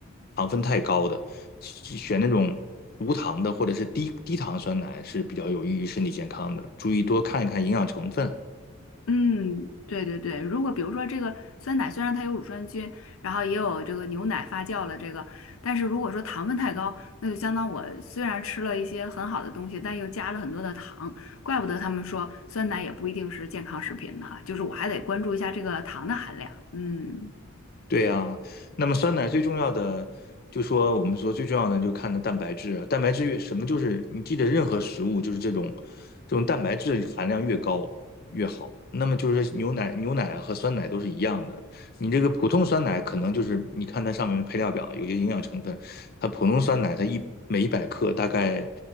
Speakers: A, on the left; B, on the left.
A: 糖分太高的，选那种无糖的或者是低低糖酸奶是比较有益于身体健康的。注意多看一看营养成分，
B: 嗯，对对对，如果比如说这个酸奶虽然它有乳酸菌，然后也有这个牛奶发酵了这个，但是如果说糖分太高，那就相当我虽然吃了一些很好的东西，但又加了很多的糖，怪不得他们说酸奶也不一定是健康食品呢，就是我还得关注一下这个糖的含量。嗯。
A: 对呀，那么酸奶最重要的，就说我们说最重要的，就看的蛋白质啊蛋白质越什么，就是你记得任何食物，就是这种这种蛋白质含量越高越好。那么就是牛奶、牛奶和酸奶都是一样的。你这个普通酸奶可能就是你看它上面的配料表有些营养成分，它普通酸奶它一每一百克大概，